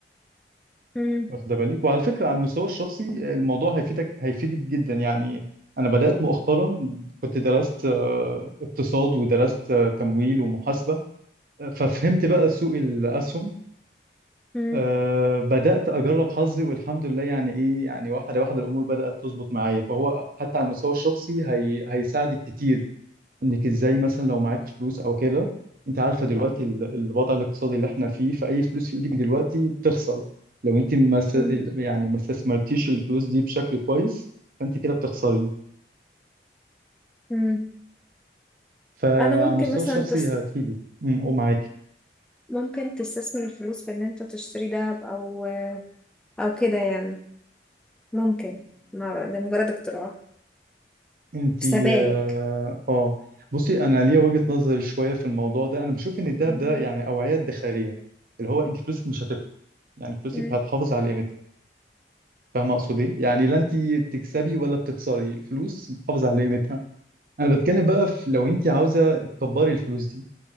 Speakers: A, in the centre; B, on the right.
A: مم.
B: واخدة بالك وعلى فكرة على المستوى الشخصي الموضوع هيفيدك هيفيدك جدا يعني أنا بدأت مؤخرا كنت درست آه، اقتصاد ودرست آه، تمويل ومحاسبة ففهمت بقى سوق الأسهم
A: مم.
B: أه بدأت أجرب حظي والحمد لله يعني إيه يعني واحدة واحدة الأمور بدأت تظبط معايا فهو حتى على المستوى الشخصي هي هيساعدك كتير إنك إزاي مثلا لو معاك فلوس أو كده أنت عارفة دلوقتي ال- الوضع الاقتصادي اللي إحنا فيه فأي فلوس في إيدك دلوقتي بتخسر لو أنت ما س-
A: مم.
B: يعني ما استثمرتيش الفلوس دي بشكل كويس فأنت كده بتخسري
A: مم.
B: فعلى
A: أنا ممكن
B: المستوى
A: مثلا
B: الشخصي
A: تس...
B: هتفيدك أم، ومعاكي
A: ممكن تستثمر الفلوس في إن أنت تشتري ذهب أو أو كده يعني ممكن ما- أعرف، ده مجرد اقتراح
B: انتي
A: في سبايك
B: اه آه. بصي انا ليا وجهة نظر شويه في الموضوع ده انا بشوف ان الذهب
A: مم.
B: ده يعني اوعيه ادخاريه اللي هو انت فلوسك مش هتك يعني فلوسك
A: مم.
B: هتحافظ على قيمتها فاهمه اقصد ايه يعني لا انت بتكسبي ولا بتخسري الفلوس بتحافظ على قيمتها انا بتكلم بقى في لو انت عاوزه تكبري الفلوس دي